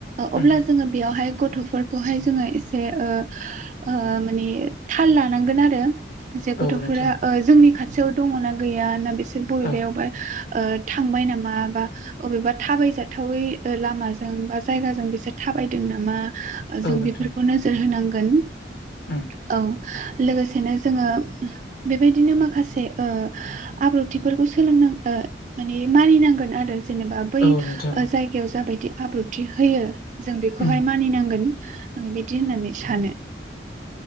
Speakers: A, on the right; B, on the left.
A: अब्ला
B: उम
A: जोङो बेयावहाय गथफोरखौहाय जोङो एसेओ ओ माने थाल लानांगोन आरो जे गथफोरा
B: औ नोंथां
A: ओ जोंनि खाथियाव दङना गैया ना बिसोर बबेबायावबा
B: औ
A: ओ थांबाय नामा बा अबेबा थाबाय जाथावै लामाजों बा जायगाजों बिसोर थां थाबायदों नामा जों
B: औ नोंथां
A: बेफोरखौ नोजोर होनांगोन
B: उम
A: औ लोगोसेनो जोङो बेबायदिनो माखासे ओ आब्रुथिफोरखौ सोलोंन माने मानिनांगोन आरो जेनेबा बै
B: औ
A: जायगायाव
B: नोंथां
A: जाबायदि आब्रुथि होयो जों बेखौहाय
B: उम
A: मानिनांगोन आं बेबायदि होननानै सानो